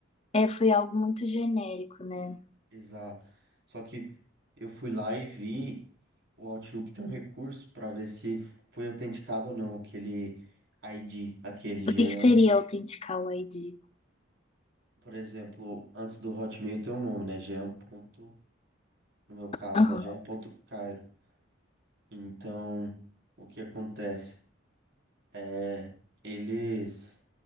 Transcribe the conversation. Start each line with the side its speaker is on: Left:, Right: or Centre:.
Left: É, foi algo muito genérico, né?
Right: Exato. Só que eu fui lá e vi o Outlook tem um recurso para ver se foi autenticado ou não aquele ID, aquele G
Left: O que que seria autenticar o ID?
Right: Por exemplo, antes do Hotmail tem um nome, né? Jean. ponto- No meu caso,
Left: Aham,
Right: né? Jean ponto Cairo Então, o que acontece? É, eles.